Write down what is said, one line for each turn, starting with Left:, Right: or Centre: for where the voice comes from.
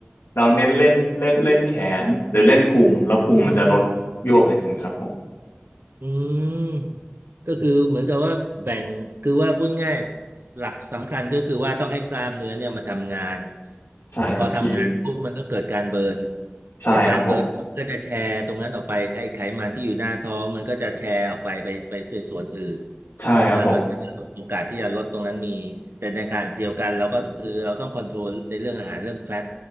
Left: เราเน้นเล่นเล่นเล่นแขนหรือเล่นพุงแล้วพุงมันจะลดยวบอะไรอย่างนั้นครับผม
Right: อืม อืมก็คือเหมือนกับว่าแบ่งคือว่าพูดง่ายหลักสำคัญก็คือว่าต้องให้กล้ามเนื้อเนี่ยมาทำงาน
Left: ใช่ครับพี่
Right: พอทำงานปุ๊บมันก็เกิดการเบิร์น
Left: ใช่ครับผม
Right: เกิดการเบิร์นก็จะแชร์ตรงนั้นออกไปไขไขมันที่อยู่หน้าท้องมันก็จะแชร์ออกไปไปไปในส่วนอื่น
Left: ใช่ครับผม
Right: แล้วมันก็จะโอกาสที่จะลดตรงนั้นมีแต่ในขณะเดียวกันเราก็คือเราต้องคอนโทรลในเรื่องอาหารเรื่องแฟต